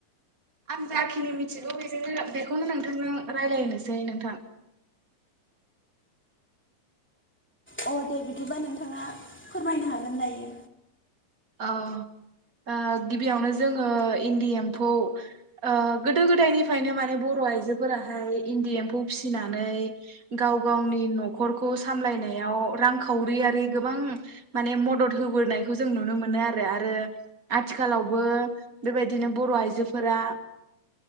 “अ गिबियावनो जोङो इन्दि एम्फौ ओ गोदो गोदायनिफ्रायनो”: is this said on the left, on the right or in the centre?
Right